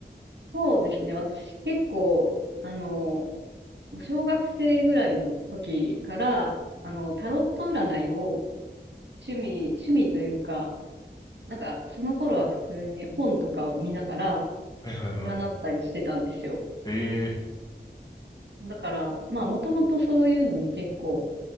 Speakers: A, on the right; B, on the left.
A: そうですね。私結構、あの、もう小学生ぐらいの時から、あの、
B: うん
A: タロット占いを趣味、趣味というか、なんか、その頃は普通に本とかを見ながら
B: はいはいはい。
A: 占ったりしてたんですよ。
B: ええ
A: だから、まあ、もともとそういうのに結構